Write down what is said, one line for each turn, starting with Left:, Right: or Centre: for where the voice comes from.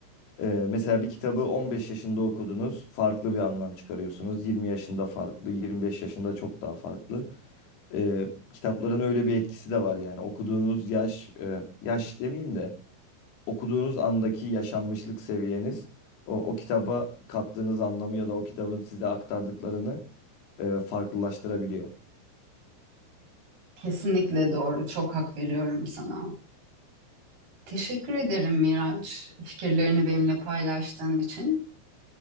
Left: Ee, mesela bir kitabı 15 yaşında okudunuz, farklı bir anlam çıkarıyorsunuz. 20 yaşında farklı, 25 yaşında çok daha farklı. Ee, kitapların öyle bir etkisi de var yani okuduğunuz yaş, e, yaş demeyeyim de okuduğunuz andaki yaşanmışlık seviyeniz o, o kitaba kattığınız anlamı ya da o kitabın size aktardıklarını e, farklılaştırabiliyor.
Right: Kesinlikle doğru. Çok hak veriyorum sana. Teşekkür ederim Miraç, fikirlerini benimle paylaştığın için.